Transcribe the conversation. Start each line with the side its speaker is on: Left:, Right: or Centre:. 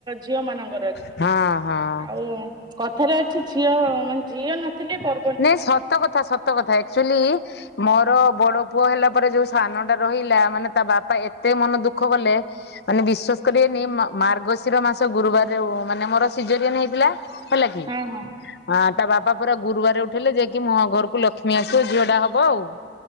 Right: ଝିଅ ମାନଙ୍କର।
Left: ହଁ-ହଁ।
Right: ଆଉ କଥାରେ ଅଛି ଝିଅ ମାନେ ଝିଅ ନଥିଲେ ପ
Left: ନାଇଁ ସତ କଥା ସତ କଥା ଏକ୍ଚୁଲି ମୋର ବଡ ପୁଅ ହେଲା ପରେ ଯୋଉ ସାନ ଟା ରହିଲା ମାନେ ତା ବାପା ଏତେ ମନ ଦୁଃଖ କଲେ। ମାନେ ବିଶ୍ଵାସ କରିବେନି ମା ମାର୍ଗଶିର ମାସ ଗୁରୁବାରରେ ମାନେ ମୋର ସିଜରିୟାନ ହେଇଥିଲା। ହେଲା କି
Right: ହଁ ହଁ।
Left: ଆ ତା ବାପା ପରା ଗୁରୁବାର ଦେ ଉଠେଇଲେ ଯେ କି ମୋ ଘରକୁ ଲକ୍ଷ୍ମୀ ଆସିବେ ଝିଅ ଟା ହବ ଆଉ